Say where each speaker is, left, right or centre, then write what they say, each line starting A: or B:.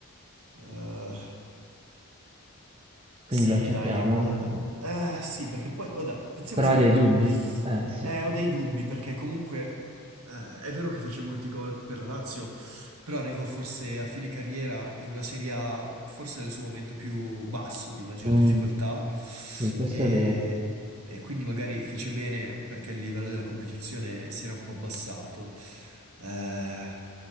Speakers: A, on the right; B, on the right.
A: Eh,
B: Quindi
A: Sì,
B: lo accettiamo.
A: dai, eh, eh, sì, perché poi, vabbè, pensiamoci
B: Però hai
A: un
B: dei
A: attimo.
B: dubbi? Eh sì.
A: Eh, ho dei dubbi, perché comunque eh, è vero che fece molti gol per la Lazio, però arrivò forse a fine carriera in una Serie A, forse nel suo momento più basso, di maggior
B: Mm.
A: difficoltà,
B: Sì, questo
A: e,
B: è vero.
A: e quindi magari fece bene perché il livello della competizione si era un po' abbassato. Eh,